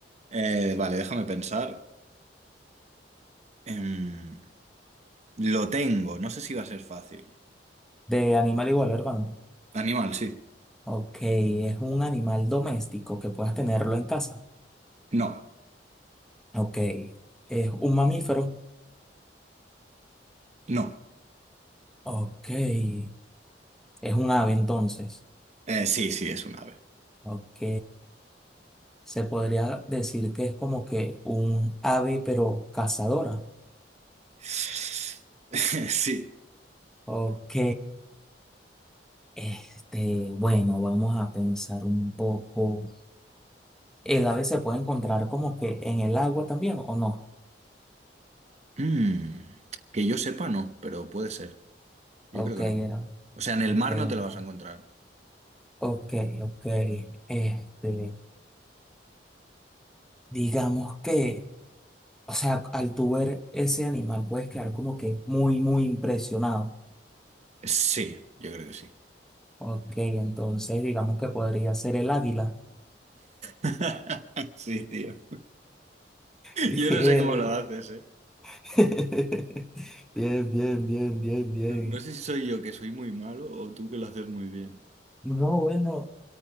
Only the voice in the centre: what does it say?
De animal igual, hermano.
Ok, es un animal doméstico que puedas tenerlo en casa.
Ok, es un mamífero.
Ok, es un ave entonces.
Ok. Se podría decir que es como que un ave, pero cazadora.
Ok. Este, bueno, vamos a pensar un poco. ¿El ave se puede encontrar como que en el agua también o no?
Ok,
era.
Ok,
ok.
Ok, ok. Este, digamos que, o sea, al tú ver ese animal puedes quedar como que muy, muy impresionado.
Ok, entonces digamos que podría ser el águila.
Bien.
<laughs> Bien, bien, bien, bien, bien.
No, bueno,